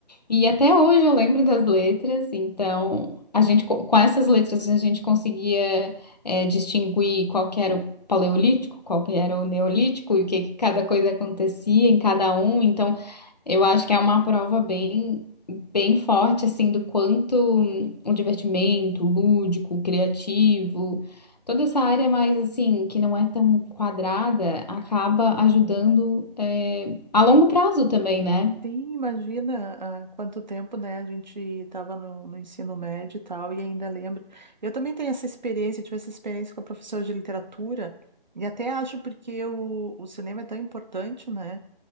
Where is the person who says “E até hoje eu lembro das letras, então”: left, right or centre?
Left